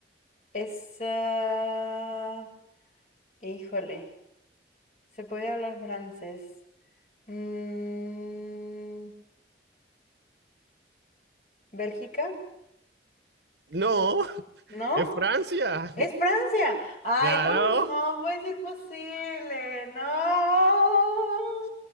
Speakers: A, on the left (about 40°); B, on the right (about 70°).
A: es, ah, híjole, ¿se puede hablar francés? Mm, ¿Bélgica?
B: No,
A: ¿No?
B: es Francia.
A: ¡Es Francia! ¡Ay,
B: Claro,
A: no, no puede ser posible! ¡No!